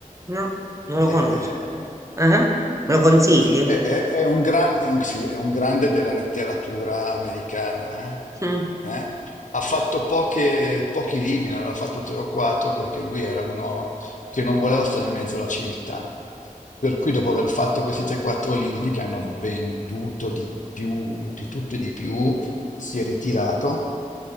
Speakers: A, on the right; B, on the left.
A: No, non
B: eh,
A: lo conosco. Ah, Me
B: mm.
A: lo consigli?
B: è, è- è un gran- è un- sì, è un grande della letteratura americana. eh.
A: Mm,
B: Eh? Ha fatto poche- pochi libri, ne aveva fatto tre o quattro, perché lui era uno che non voleva stare in mezzo alla civiltà. Per cui dopo aver fatto questi 3-4 libri che hanno venduto di più, di tutto e di più, si è ritirato